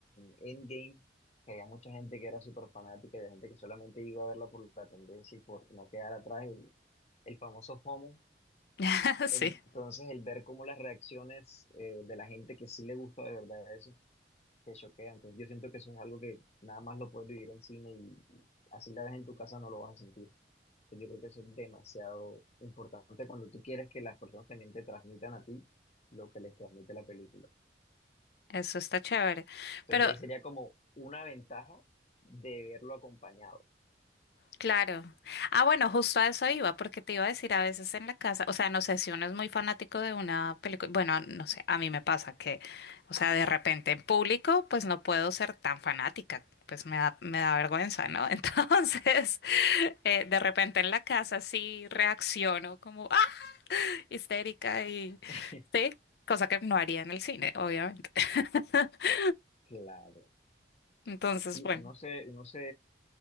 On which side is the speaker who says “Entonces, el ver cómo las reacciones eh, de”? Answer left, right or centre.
Left